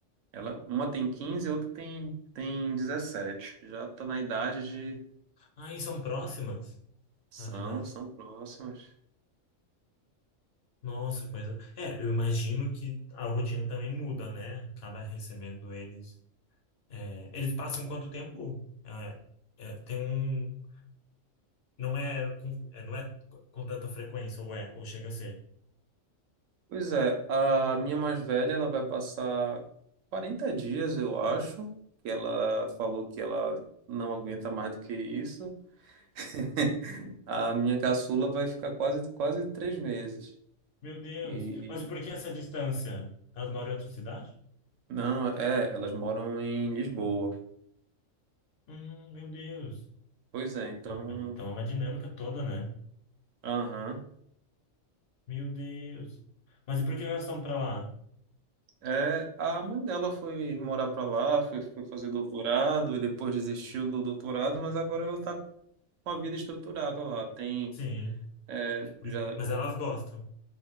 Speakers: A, on the right; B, on the left.
A: Ela, uma tem 15 e a outra tem, tem dezessete Já tá na idade de.
B: Ah, e são próximas
A: São,
B: as idades.
A: são próximas.
B: Nossa, coisa. É, eu imagino que a rotina também muda, né? Acaba recebendo eles. É, eles passam quanto tempo? É, é, tem um. Não é, com, é, não é com tanta frequência, ou é, ou chega a ser.
A: Pois é, a minha mais velha, ela vai passar 40 dias, eu acho. que Ela falou que ela não aguenta mais do que isso. <laughs> A minha caçula vai ficar quase, quase três meses.
B: Meu Deus.
A: E
B: Mas e por que essa distância? Elas moram em outra cidade?
A: não, é, elas moram em Lisboa.
B: Hum, meu Deus.
A: Pois é, então,
B: Ah, Então é uma dinâmica toda, né?
A: aham.
B: Meu Deus. Mas e por que elas estão pra lá?
A: É, a mãe dela foi morar pra lá, foi, foi fazer doutorado e depois desistiu do doutorado, mas agora ela tá com a vida estruturada lá. Tem,
B: Sim.
A: é,
B: Mas
A: já
B: mas elas gostam.